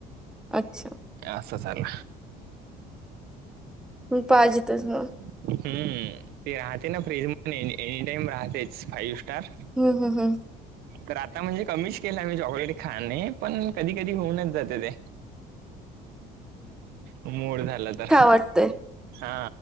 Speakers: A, in the centre; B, on the right (about 70°).
A: अच्छा
B: अस झाल
A: म पाहिजेेतच ना
B: हम्म ते राहते ना फ्रीज मध्ये एनी टाईम राहतेच फ्रिजमध्ये फाईव्ह स्टार
A: हम् हम हम्
B: तर आता म्हणजे कमीच केला मी चॉकलेट खाणे पण कधी कधी होऊनच जाते ते मूड झालं तर
A: पटतय
B: हा